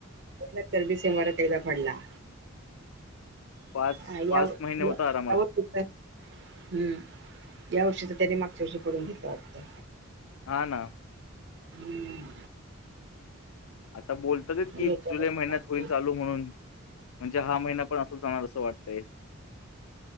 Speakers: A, on the right; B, on the left.
A: नंतर डिसेंबरात एकदा पडला
B: पाच
A: ह
B: पाच महिने होता आरामात
A: हम्म या वर्षीच त्यानी मागच्या वर्षी पडून घेतलं वाटतं
B: हा ना
A: हम्म
B: आता बोलतात
A: आणि
B: की
A: याच्या
B: जुलै महिन्यात होईल चालू म्हणून म्हणजे हा महिना पण असा जाणार असं वाटतय